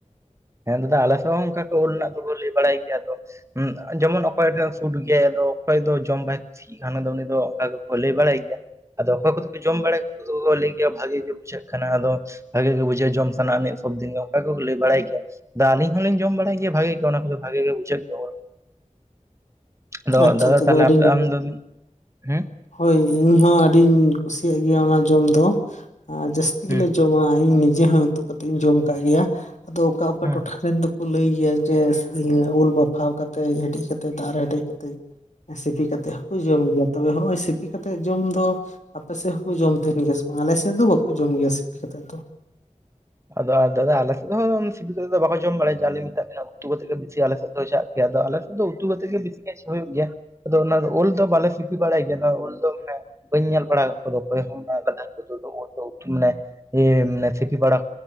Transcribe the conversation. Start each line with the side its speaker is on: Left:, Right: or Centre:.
Right: ᱦᱮᱸ ᱫᱟᱫᱟ ᱟᱞᱮᱥᱮᱫ ᱦᱚᱸ ᱚᱱᱠᱟ ᱩᱞ ᱨᱮᱱᱟᱜ ᱫᱚᱠᱚ ᱞᱟᱹᱭ ᱵᱟᱲᱟᱭ ᱜᱮᱭᱟ ᱟᱫᱚ ᱡᱮᱢᱚᱱ ᱚᱠᱚᱭ ᱴᱷᱮᱱ ᱥᱩᱴ ᱜᱮᱭᱟᱭ ᱟᱫᱚ ᱚᱠᱚᱭ ᱫᱚ ᱡᱚᱢ ᱵᱟᱭ ᱴᱷᱤᱠᱟᱱᱟ ᱫᱚ ᱩᱱᱤ ᱫᱚ ᱚᱱᱠᱟ ᱠᱚ ᱞᱟᱹᱭ ᱵᱟᱲᱟᱭ ᱜᱮᱭᱟ᱾ ᱟᱫᱚ ᱚᱠᱚᱭ ᱠᱚᱫᱚ ᱠᱚ ᱡᱚᱢ ᱵᱟᱲᱟᱭ ᱩᱱᱠᱩ ᱫᱚ ᱞᱟᱹᱭ ᱜᱮᱭᱟ ᱵᱷᱟᱜᱤ ᱜᱮ ᱵᱩᱡᱷᱟᱹᱜ ᱠᱟᱱᱟ ᱟᱫᱚ ᱵᱷᱟᱜᱮ ᱜᱮ ᱵᱩᱡᱷᱟᱹᱜᱼᱟ ᱡᱚᱢ ᱥᱟᱱᱟᱢ ᱥᱚᱵ ᱫᱤᱱ ᱜᱮ ᱚᱱᱠᱟ ᱜᱮᱠᱚ ᱞᱟᱹᱭ ᱵᱟᱲᱟᱭ ᱜᱮᱭᱟ ᱛᱟ ᱟᱞᱤᱧ ᱦᱚᱸᱞᱤᱧ ᱡᱚᱢ ᱵᱟᱲᱟᱭ ᱜᱮᱭᱟ ᱵᱷᱮ ᱜᱮ ᱚᱱᱟ ᱠᱚᱫᱚ ᱵᱷᱟᱜᱮ ᱜᱮ ᱵᱩᱡᱷᱟᱹᱜ ᱜᱮᱭᱟ᱾ ᱫᱚ
Left: ᱟᱪᱪᱷᱟ
Right: ᱫᱟᱫᱟ
Left: ᱛᱚᱵᱮ
Right: ᱛᱟᱦᱞᱮ
Left: ᱟᱹᱰᱤ
Right: ᱟᱯᱮ
Left: ᱱᱟᱯᱟᱭ,
Right: ᱟᱢ ᱫᱚᱢ ᱦᱮᱸ
Left: ᱦᱳᱭ ᱤᱧ ᱦᱚ ᱟᱹᱰᱤᱧ ᱠᱩᱥᱤᱭᱟᱜ ᱜᱮᱭᱟ ᱚᱱᱟ ᱡᱚᱢ ᱫᱚ ᱟᱨ ᱡᱟᱹᱥᱛᱤ
Right: ᱦᱮᱸ
Left: ᱛᱮᱜᱮ ᱡᱚᱢᱟ ᱤᱧ ᱱᱤᱡᱮ ᱦᱚᱸ ᱩᱛᱩ ᱠᱟᱛᱮᱫ ᱤᱧ ᱡᱚᱢ ᱠᱟᱜ ᱜᱮᱭᱟ ᱟᱫᱚ ᱚᱠᱟ ᱚᱠᱟ
Right: ᱦᱮᱸ
Left: ᱴᱚᱴᱷᱟ ᱨᱮᱱ ᱫᱚ, ᱠᱚ ᱞᱟᱹᱭ ᱜᱮᱭᱟ ᱡᱮ ᱩᱞ ᱵᱟᱯᱷᱟᱣ ᱠᱟᱛᱮ ᱦᱮᱰᱮᱡ ᱠᱟᱛᱮ ᱫᱟᱜ ᱨᱮ ᱦᱮᱰᱮᱡ ᱠᱟᱛᱮ ᱥᱤᱯᱤ ᱠᱟᱛᱮᱜ ᱦᱚᱸᱠᱚ ᱡᱚᱢ ᱜᱮᱭᱟ, ᱛᱚᱵᱮ ᱦᱚᱸᱜᱼᱚᱭ ᱥᱤᱯᱤ ᱠᱟᱛᱮᱜ ᱡᱚᱢ ᱫᱚ ᱟᱯᱮ ᱥᱮᱫ ᱦᱚᱸᱠᱚ ᱡᱚᱢ ᱛᱟᱦᱮᱱ ᱜᱮᱭᱟ ᱥᱮ ᱵᱟᱝ? ᱟᱞᱮ ᱥᱮᱫ ᱫᱚ ᱵᱟᱠᱚ ᱡᱚᱢ ᱜᱮᱭᱟ ᱥᱤᱯᱤ ᱠᱟᱛᱮᱫ ᱫᱚ᱾
Right: ᱟᱫᱚ ᱟᱨ ᱫᱟᱫᱟ ᱟᱞᱮ ᱥᱮᱫ ᱫᱚ ᱦᱚᱸ ᱥᱤᱯᱤ ᱠᱟᱛᱮᱫ ᱫᱚ ᱵᱟᱠᱚ ᱡᱚᱢ ᱵᱟᱲᱟ ᱡᱟ ᱟᱤᱧ ᱢᱮᱛᱟᱜ ᱵᱮᱱᱟ ᱩᱛᱩ ᱠᱟᱛᱮ ᱜᱮ ᱵᱤᱥᱤ ᱟᱞᱮ ᱥᱮᱫ ᱫᱚ ᱪᱟᱜ ᱟᱫᱚ ᱟᱞᱮ ᱫᱚ ᱩᱛᱩ ᱠᱟᱛᱮ ᱜᱮ ᱵᱮᱥᱤ ᱦᱳᱭᱳᱜ ᱜᱮᱭᱟ᱾ ᱟᱫᱚ ᱚᱱᱟ ᱩᱞ ᱫᱚ ᱵᱟᱞᱮ ᱥᱤᱯᱤ ᱵᱟᱲᱟᱭ ᱜᱮᱭᱟ ᱩᱞ ᱫᱚ ᱢᱟᱱᱮ ᱵᱟᱹᱧ ᱧᱮᱞ ᱵᱟᱲᱟ ᱚᱠᱚᱭ ᱦᱚᱸ ᱢᱟᱱᱮ ᱠᱤ ᱩᱞ ᱫᱚ ᱥᱤᱯᱤ ᱵᱟᱲᱟ᱾